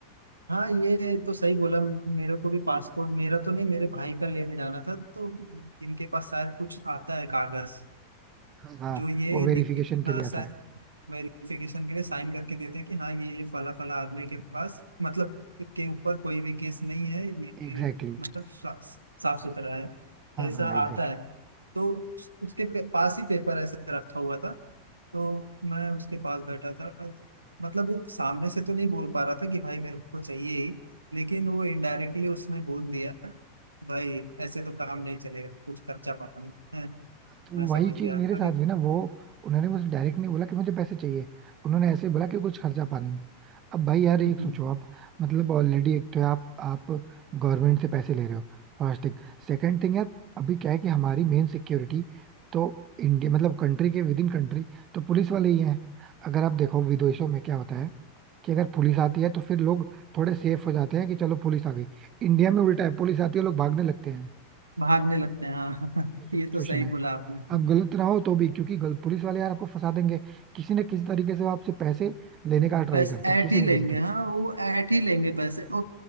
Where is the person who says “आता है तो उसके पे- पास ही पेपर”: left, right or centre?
Right